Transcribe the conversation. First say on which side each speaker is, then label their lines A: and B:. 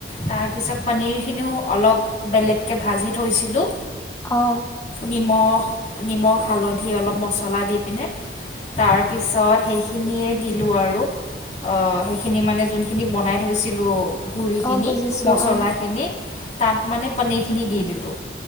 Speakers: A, on the left (about 40°); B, on the left (about 20°).
A: তাৰপিছত পনীৰখিনিও অলপ বেলেগকে ভাজি থৈছিলোঁ
B: অ
A: নিমখ নিমখ হালধি অলপ মছলা দি পিনে তাৰপিছত সেইখিনিয়ে দিলোঁ আৰু অ সেইখিনি মানে যোনখিনি বনাই থৈছিলোঁ গুৰিখিনি
B: অ বুজিছো
A: মছলাখিনি
B: অ
A: তাত মানে পনীৰখিনি দি দিলোঁ